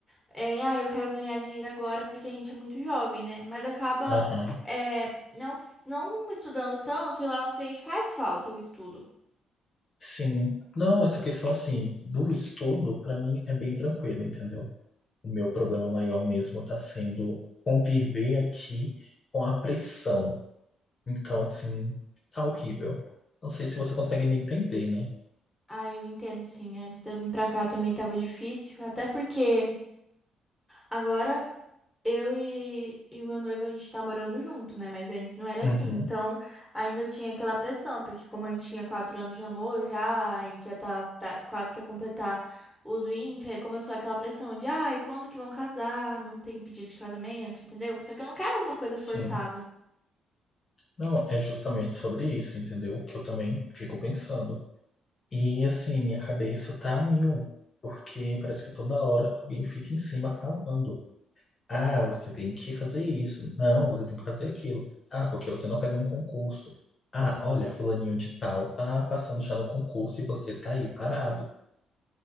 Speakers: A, in the centre; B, on the left (about 35°).
A: é, ah, eu quero ganhar dinheiro agora porque a gente é muito jovem, né? Mas acaba,
B: Aham.
A: é, não, não estudando tanto e lá na frente faz falta o estudo.
B: Sim. Não, essa questão assim do estudo, pra mim é bem tranquilo, entendeu? O meu problema maior mesmo está sendo conviver aqui com a pressão. Então, assim, tá horrível. Não sei se você consegue me entender, né?
A: Ah, eu entendo, sim. Antes de eu vir pra cá também tava difícil. Até porque Agora, eu e, e o meu noivo, a gente tá morando junto, né? Mas antes não era assim.
B: Uhum,
A: Então, ainda tinha aquela pressão, porque como a gente tinha quatro anos de namoro já, a gente já tá pra- quase pra completar os vinte aí começou aquela pressão de, ai, quando que vão casar? Não tem pedido de casamento, entendeu? Só que eu não quero uma coisa
B: sim.
A: forçada.
B: Não, é justamente sobre isso, entendeu? Que eu também fico pensando. E, assim, minha cabeça tá a mil, porque parece que toda hora alguém fica em cima falando. Ah, você tem que fazer isso. Não, você tem que fazer aquilo. Ah, porque você não faz um concurso. Ah, olha, fulaninho de tal tá passando já no concurso e você tá aí parado.